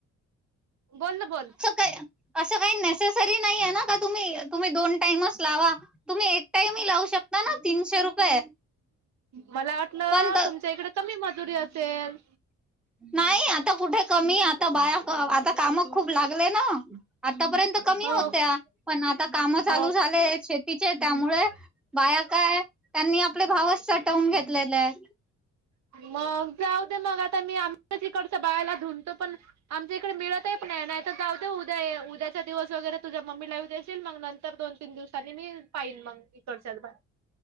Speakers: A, on the right; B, in the centre.
A: बोल ना बोल
B: का. अस काही नेसेसरी नाही ना. तुम्ही तुम्ही दोन टाईमच लावा तुम्ही एक टाईम ह लावू शकता ना तीनशे रुपये.
A: मला वाटलं
B: पण
A: तुमच्या इकडे कमी मजुरी असेल
B: नाही आता कुठे कमी आता बाया आता काम खूप लागले ना आतापर्यंत कमी
A: हो
B: होत्या. पण आता काम चालू
A: हो
B: झाले शेतीचे त्यामुळे. बाया काय त्यांनी आपले भावच सटवून घेतलेले आहे.
A: मग जाऊ दे मग आता मी आमच्या इकडच बाला धुनतो पण आमच्या इकडे मिळत आहे पण. नाही तर उद्या उद्याचा दिवस वगैरे तुझ्या मम्मी ला येऊ देशील मग नंतर दोन तीन दिवसांनी मी फाईन मग कडच्यात बरं.